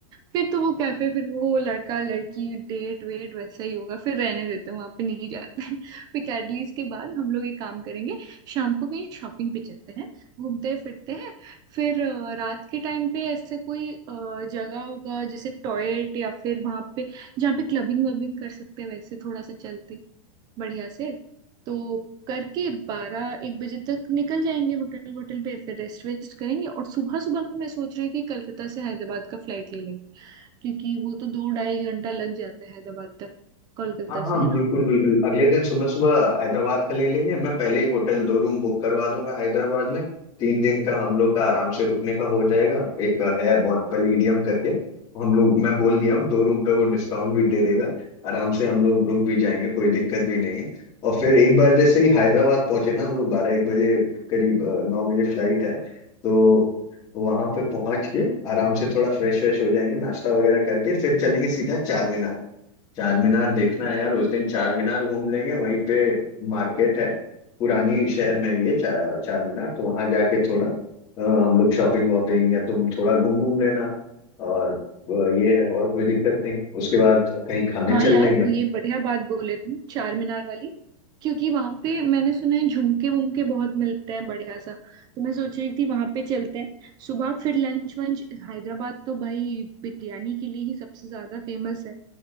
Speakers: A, on the right; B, on the left.
A: फिर तो वो कैफे फिर वो लड़का लड़की डेट वेट वैसा ही होगा फिर रहने देते हैं वहां पे नहीं जाते हैं <laughs> फिर कैडलीज के बाद हम लोग एक काम करेंगे शाम को कहीं शॉपिंग पे चलते हैं घूमते हैं फिरते हैं फिर अ, रात के टाइम पे ऐसे कोई अ, जगह होगा जैसे टॉयलेट या फिर वहां पे जहाँ पे क्लबिंग वबिंग कर सकते हैं वैसे थोड़ा सा चलते बढ़िया से तो करके बारह एक बजे तक निकल जाएंगे होटल होटल पे फिर रेस्ट वेस्ट करेंगे और सुबह सुबह को मैं सोच रही थी कलकत्ता से हैदराबाद का फ्लाइट ले लेंगे क्योंकि वो तो दो ढाई घंटा लग जाता है हैदराबाद तक कोलकाता
B: हाँ हाँ
A: से है ना
B: बिल्कुल बिल्कुल अगले दिन सुबह सुबह हैदराबाद का ले लेंगे मैं पहले ही होटल दो रूम बुक करवा दूंगा हैदराबाद में तीन दिन का हम लोग का आराम से रुकने का हो जाएगा एक है बहुत पैलेडियम करके हम लोग मैं बोल दिया हूँ दो रूम पे वो डिस्काउंट भी दे देगा आराम से हम लोग रुक भी जाएंगे कोई दिक्कत भी नहीं है और फिर एक बार जैसे ही हैदराबाद पहुंचे ना हम लोग बारह एक बजे करीब अ, नौ बजे फ्लाइट है तो वहां पे पहुंच के आराम से थोड़ा फ्रेश व्रेश हो जाएंगे नाश्ता वगैरह करके फिर चलेंगे सीधा चार चार मीनार देखना है यार उस दिन चार मीनार घूम लेंगे वहीं पे मार्केट है पुरानी शहर में ये चा, चार मीनार तो वहां जाके थोड़ा अ, हम लोग शॉपिंग वॉपिंग या तुम थोड़ा घूम घूम लेना और अ, ये है और कोई दिक्कत नहीं उसके बाद कहीं खाने
A: हाँ
B: चल
A: यार
B: लेंगे
A: ये बढ़िया बात बोले तुम चार मीनार वाली क्योंकि वहां पे मैंने सुना है झुमके वुमके बहुत मिलते हैं बढ़िया सा तो मैं सोच रही थी वहां पे चलते हैं सुबह फिर लंच वंच हैदराबाद तो भाई बिरयानी के लिए ही सबसे ज्यादा फेमस है